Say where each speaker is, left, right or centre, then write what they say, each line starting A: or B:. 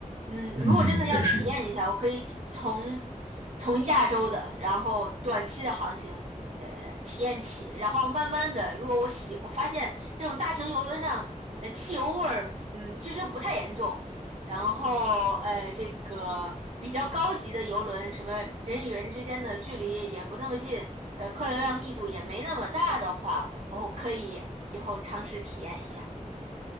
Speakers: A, on the right; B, on the right.
A: 嗯，
B: 嗯，
A: 如果真的要体验一下，
B: 对，是
A: 我可以体从从亚洲的，然后短期的航行，呃，体验起，然后慢慢的，如果我喜，我发现这种大型游轮上，呃，汽油味儿，嗯，其实不太严重，然后呃，这个比较高级的游轮，什么人与人之间的距离也不那么近。呃，客流量密度也没那么大的话，哦，可以以后尝试体验一下。